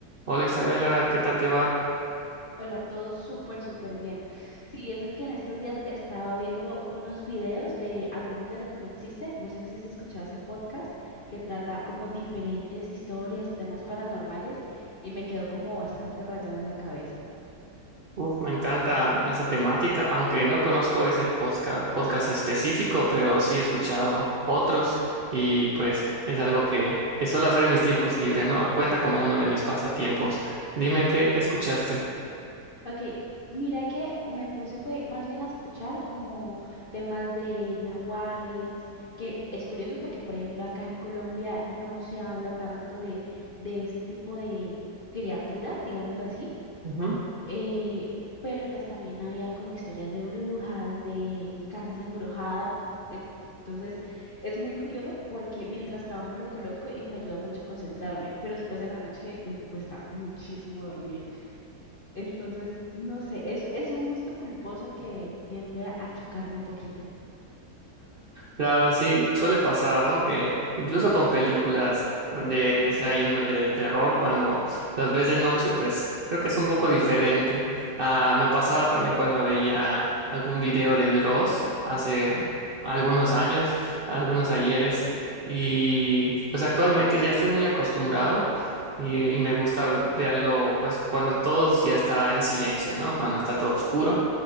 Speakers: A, on the right (about 50°); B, on the left (about 45°).
A: Hola Isabela, ¿qué tal te va?
B: Hola, todo súper, súper bien. Sí, eso es que en estos días estaba viendo unos videos de Hablemos de lo que no existe. No sé si has escuchado ese podcast que trata como diferentes historias o temas paranormales y me quedó como bastante rayado en la cabeza.
A: Uf, me encanta esa temática, aunque no conozco ese posca- podcast, específico, pero sí he escuchado otros y pues es algo que, que suelo hacer en mis tiempos libres, ¿no? Cuenta como uno de mis pasatiempos. Dime, ¿qué, qué escuchaste?
B: Ok, mira que me puse fue más bien a escuchar como temas de nahuales, que es curioso porque, por ejemplo, acá en Colombia no se habla tanto de, de ese tipo de criaturas, digámoslo así
A: Ujú.
B: eh, pero pues también había como historias de brujas, de casas embrujadas. en- Entonces es muy curioso porque mientras trabajo lo coloco y me ayuda mucho a concentrarme, pero después en la noche me cuesta muchísimo dormir. Entonces, no sé, es, es un gusto culposo que tiende a, a chocarme un poquito.
A: Claro, sí, suele pasar, ¿no? Que incluso con películas con- de
B: Ujú,
A: esa índole de terror, cuando las ves de noche, pues creo que es un poco diferente. Ah, me pasaba también cuando veía algún video de Dross hace algunos años, algunos ayeres,
B: ujú,
A: y pues actualmente ya estoy muy acostumbrado y, y me gusta verlo, pues cuando todos ya está en silencio, ¿no? Cuando está todo oscuro